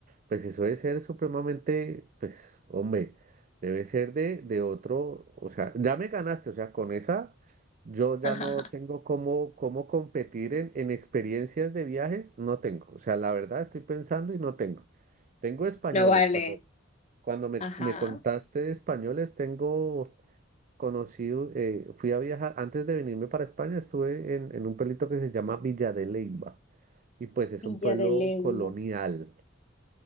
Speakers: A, on the right; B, on the left.
A: pues eso debe ser supremamente, pues, hombre, debe ser de, de otro, o sea, ya me ganaste, o sea, con esa... Yo ya
B: <laughs>
A: no tengo cómo, cómo competir en, en experiencias de viajes, no tengo. O sea, la verdad estoy pensando y no tengo. Tengo españoles.
B: No vale.
A: Cuando, cuando me,
B: Ajá.
A: me contaste de españoles, tengo Conocí, eh, fui a viajar, antes de venirme para España, estuve en, en un pueblito que se llama Villa de Leyva y pues es
B: Villa
A: un pueblo
B: de Leyva.
A: colonial